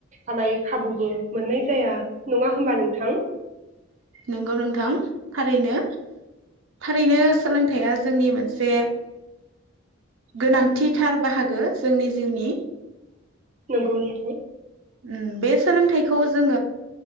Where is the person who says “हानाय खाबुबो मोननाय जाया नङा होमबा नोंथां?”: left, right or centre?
Right